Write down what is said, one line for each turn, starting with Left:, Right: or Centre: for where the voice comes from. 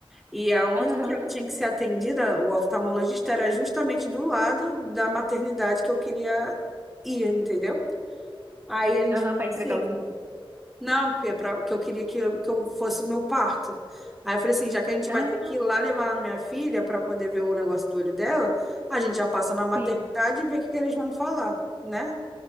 Centre: e aonde
Right: Aham,
Centre: que ela tinha que ser atendida, o oftalmologista era justamente do lado da maternidade que eu queria ir, entendeu? Aí a gente,
Right: aham, para entregar
Centre: sim,
Right: os exames.
Centre: não, que, é pra, que eu queria que eu, que eu fosse o meu parto. Aí eu falei assim, já que a gente
Right: Ah,
Centre: vai ter que ir lá levar a minha filha para poder ver o negócio do olho dela, a gente já passa na maternidade
Right: sim.
Centre: e vê o que, que eles vão falar, né?